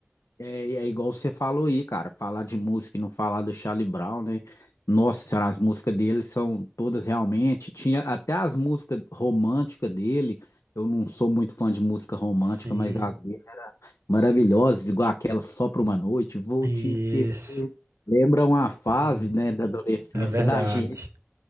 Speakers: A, on the left; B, on the right.
A: É, é igual você falou aí, cara, falar de música e não falar do Charlie Brown, né? Nossa senhora, as músicas dele são todas realmente. Tinha até as músicas românticas dele. Eu não sou muito fã de música romântica,
B: Sim,
A: mas as dele era maravilhosas, igual aquela Só Pra Uma Noite, Vou
B: isso.
A: Te Esquecer. Lembra uma fase,
B: Sim,
A: né, da adolescência
B: é verdade.
A: da gente.